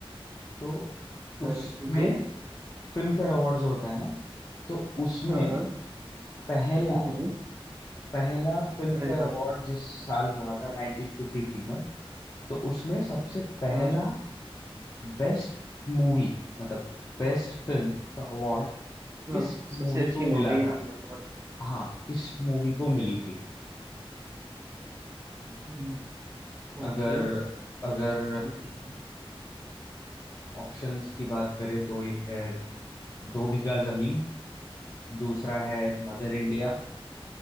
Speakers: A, on the left (about 35°); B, on the right (about 30°).
A: तो
B: हाँ,
A: उसमें
B: जी
A: फिल्म फेयर अवार्ड जो होता है ना तो उसमें
B: हाँ हाँ
A: पहला
B: हम्म हम्म,
A: पहला फिल्म
B: पहला
A: फेयर अवार्ड जिस साल हुआ था 1953 में तो उसमें सबसे पहला
B: हाँ
A: बेस्ट मूवी मतलब बेस्ट फिल्म का अवार्ड किस
B: हाँ सबसे
A: मूवी
B: अच्छी
A: को
B: मूवी
A: मिला
B: है
A: था
B: की अवार्ड
A: हाँ किस मूवी को मिली थी
B: हम्म,
A: अगर
B: ओके
A: अगर
B: हम्म,
A: ऑप्शंस की बात करें तो एक है दो बीघा जमीन दूसरा है मदर इंडिया